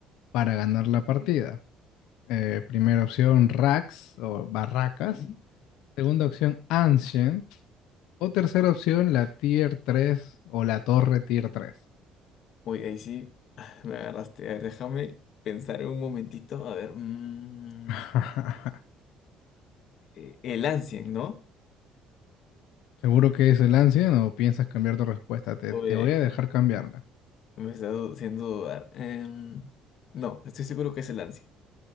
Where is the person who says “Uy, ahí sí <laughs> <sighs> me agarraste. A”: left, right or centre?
Left